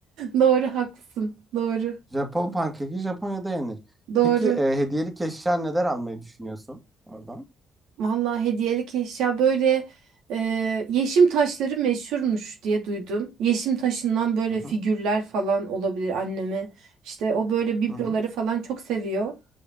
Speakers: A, on the right; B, on the right.
A: Doğru haklısın. Doğru.
B: Japon pankeki Japonya'da yenir.
A: Doğru.
B: Peki e, hediyelik eşya neler almayı düşünüyorsun oradan?
A: Vallahi hediyelik eşya böyle e, yeşim taşları meşhurmuş diye duydum. Yeşim taşından böyle
B: Hı hı.
A: figürler falan olabilir anneme. İşte o böyle bibloları
B: Hı hı.
A: falan çok seviyor.